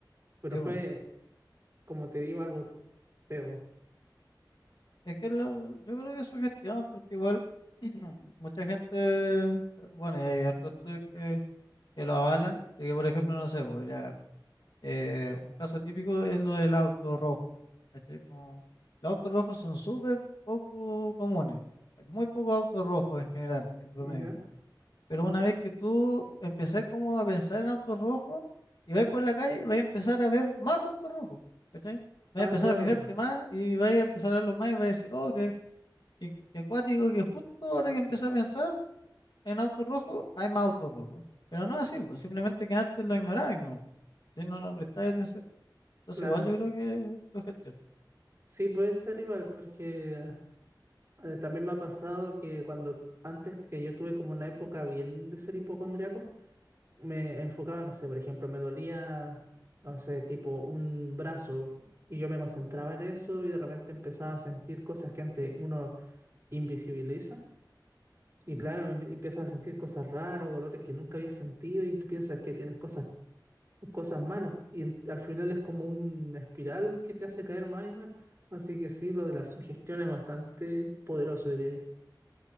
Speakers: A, on the right; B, on the left.
A: Pero
B: Digo,
A: fue, como te digo, algo feo,
B: es que lo- yo creo que es sugestión porque igual <clears throat> mucha gente, eh, bueno, y hay hartos estudios que que lo avalan, de que por ejemplo, no sé, pues ya, eh, un caso típico es lo del auto rojo, ¿cachai? Como, los autos rojos son súper poco comunes, hay muy pocos autos rojos en general, en promedio,
A: ¿ya?
B: pero una vez que tú empezás como a pensar en autos rojos y vas por la calle, vas a empezar a ver más autos rojos, ¿cachai? Vas
A: Ah,
B: a empezar
A: claro,
B: a fijarte más y vas a empezar a verlos más y vas a decir, oh, qué, qué, qué acuático, que justo ahora que empecé a pensar en autos rojos, hay más autos rojos. Pero no es así, pues, simplemente que antes lo ignoraba si no, no prestáis atención. Entonces,
A: claro.
B: igual yo creo que lo gestiona.
A: Sí, puede ser igual porque ah, eh, también me ha pasado que cuando antes que yo tuve como una época bien de ser hipocondriaco, me enfocaba, no sé, por ejemplo, me dolía, no sé, tipo un brazo y yo me concentraba en eso y de repente empezaba a sentir cosas que antes uno invisibiliza y
B: ¿no?
A: claro, em- empiezas a sentir cosas raras o dolores que nunca habías sentido y tú piensas que tienes cosas, cosas malas y en- al final es como una espiral que te hace caer más y más. Así que sí, lo de la sugestión es bastante poderoso, diría yo.